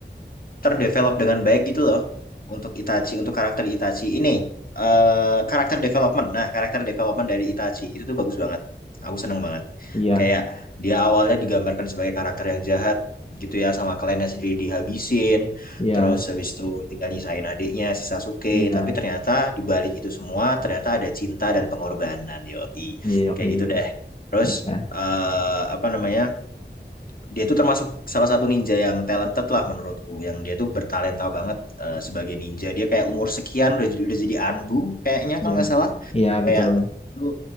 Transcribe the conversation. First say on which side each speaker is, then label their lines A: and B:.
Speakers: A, on the left (about 50°); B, on the left (about 35°).
A: terdevelop dengan baik gitu loh untuk Itachi, untuk karakter Itachi ini. eh karakter development. Nah, karakter development dari Itachi itu tuh bagus banget. Aku seneng banget.
B: Iya,
A: Kayak dia awalnya digambarkan sebagai karakter yang jahat gitu ya sama kliennya sendiri dihabisin,
B: iya,
A: terus habis itu tinggal nyisain adiknya si Sasuke,
B: iya,
A: tapi ternyata di balik itu semua ternyata ada cinta dan pengorbanan, yoi.
B: iya, yoi.
A: Kayak gitu deh. Terus
B: iya,
A: eh apa namanya? dia itu termasuk salah satu ninja yang talented lah menurutku yang dia tuh bertalenta banget eh, sebagai ninja dia kayak umur sekian udah jadi- udah jadi anbu kayaknya
B: iya,
A: kalau nggak salah
B: iya,
A: kayak
B: betul.
A: lu